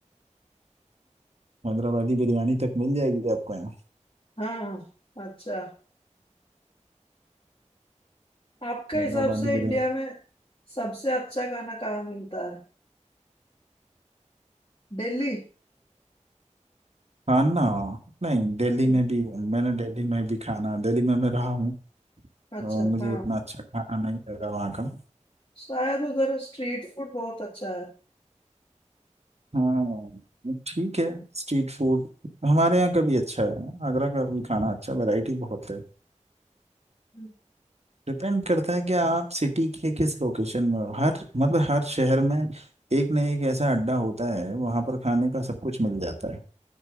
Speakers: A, on the right; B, on the left.
A: हैदराबादी बिरयानी तक मिल जाएगी आपको यहाँ
B: हाँ अच्छा आपके
A: हैदराबादी
B: हिसाब से इंडिया
A: बिरयानी
B: में सबसे अच्छा खाना कहाँ मिलता है दिल्ली
A: खाना नहीं दिल्ली
B: हम्म
A: में भी मैंने दिल्ली में भी खाना दिल्ली में मैं रहा हूँ
B: अच्छा
A: और मुझे
B: हाँ
A: इतना अच्छा खाना नहीं लगा वहाँ का
B: शायद उधर स्ट्रीट फूड बहुत अच्छा है
A: हाँ ठीक है स्ट्रीट फूड हमारे यहाँ का भी अच्छा है आगरा का भी खाना अच्छा वैरायटी बहुत है
B: हम्म
A: डिपेंड करता है कि आप सिटी के किस लोकेशन में हो हर मतलब हर शहर में एक न एक ऐसा अड्डा होता है वहां पर खाने का सब कुछ मिल जाता है